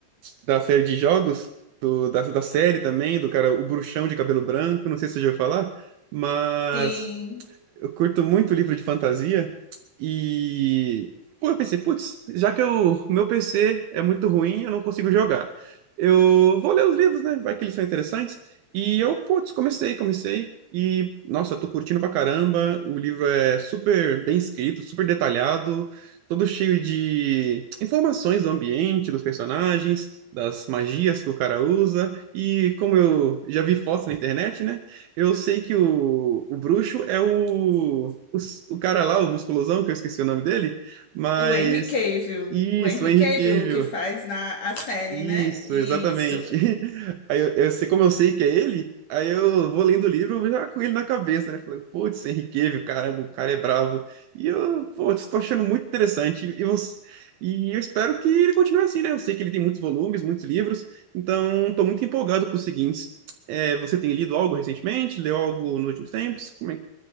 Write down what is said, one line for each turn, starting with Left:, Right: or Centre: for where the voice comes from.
Right: da série de jogos, do, da, da série também, do cara, o bruxão de cabelo branco, não sei se você já ouviu falar, mas
Left: Sim,
Right: eu curto muito livro de fantasia e pô, eu pensei, putz, já que o meu PC é muito ruim, eu não consigo jogar. Eu vou ler os livros, né? Vai que eles são interessantes. E eu, putz, comecei, comecei e nossa, tô curtindo pra caramba. O livro é super bem escrito, super detalhado, todo cheio de informações do ambiente, dos personagens, das magias que o cara usa. E como eu já vi fotos na internet, né? Eu sei que o, o bruxo é o, o, o cara lá, o musculosão, que eu esqueci o nome dele, mas.
Left: o Henry Cavill.
Right: Isso,
Left: O Henry
Right: o Henry
Left: Cavill
Right: Cavill.
Left: que faz na a série,
Right: Isso,
Left: né? Isso.
Right: exatamente. <laughs> Aí eu, eu sei como eu sei que é ele, aí eu vou lendo o livro já com ele na cabeça, né? Falando, putz, Henrique Cavill, caramba, o cara é brabo. E eu, pô, estou achando muito interessante. E, você, e eu espero que ele continue assim, né? Eu sei que ele tem muitos volumes, muitos livros, então estou muito empolgado para os seguintes. É, você tem lido algo recentemente? Leu algo nos últimos tempos? Como é, o